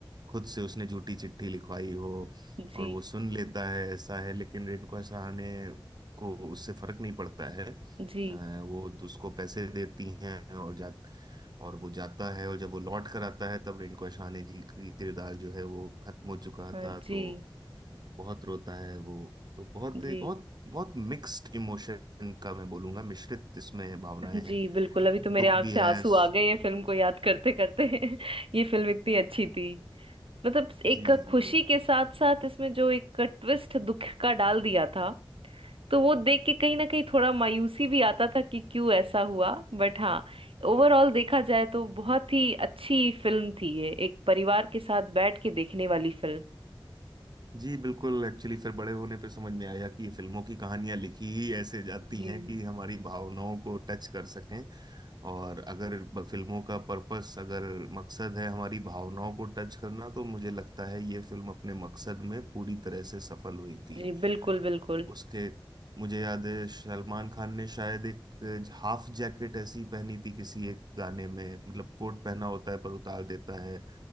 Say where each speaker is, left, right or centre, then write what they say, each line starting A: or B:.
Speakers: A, on the right (about 50°); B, on the right (about 90°).
A: खुद से उसने झूठी चिट्ठी लिखवाई हो
B: जी
A: और वो सुन लेता है ऐसा है लेकिन रिंकू सहाने को उससे फर्क नहीं पड़ता है
B: जी
A: अ, वो तो उसको पैसे देती हैं और जा और वो जाता है और जब वो लौट कर आता है तब रिंकू सहाने जी की किरदार जो है वो खत्म हो चुका
B: हाँ
A: था तो
B: जी
A: बहुत रोता है वो तो बहुत
B: जी
A: बहुत बहुत मिक्स्ड इमोशन का मैं बोलूंगा मिश्रित इसमें भावनाएं
B: जी
A: हैं
B: बिल्कुल अभी तो मेरे
A: दुख
B: आंख
A: भी
B: से
A: है
B: आंसू
A: <laughs>
B: आ गए ये फिल्म को याद करते करते <laughs> ये फिल्म इतनी अच्छी थी मतलब एक
A: जी जी
B: खुशी के साथ साथ इसमें जो एक ट्विस्ट दुख का डाल दिया था तो वो देख के कहीं ना कहीं
A: बिल्कुल
B: थोड़ा मायूसी भी आता था कि क्यों ऐसा हुआ बट हाँ ओवरऑल देखा जाए तो बहुत ही अच्छी फिल्म थी ये एक परिवार के साथ बैठ के देखने वाली फिल्म
A: जी बिल्कुल एक्चुअली फिर बड़े होने पे समझ में आया कि ये फिल्मों की कहानियां लिखी ही ऐसे जाती
B: जी
A: हैं कि हमारी भावनाओं को टच कर सकें और अगर ब- फिल्मों का पर्पस अगर मकसद है हमारी भावनाओं को टच करना तो मुझे लगता है ये फिल्म अपने मकसद में पूरी तरह से सफल हुई थी
B: जी बिल्कुल बिल्कुल
A: उसके मुझे याद है सलमान खान ने शायद एक हाफ जैकेट ऐसी पहनी थी किसी एक गाने में मतलब कोट पहना होता है पर उतार देता है